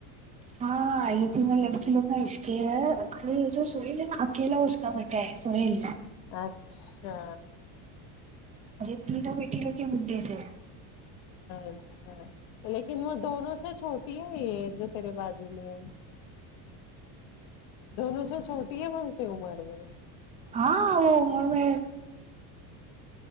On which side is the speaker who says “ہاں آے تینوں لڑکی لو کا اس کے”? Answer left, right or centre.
Right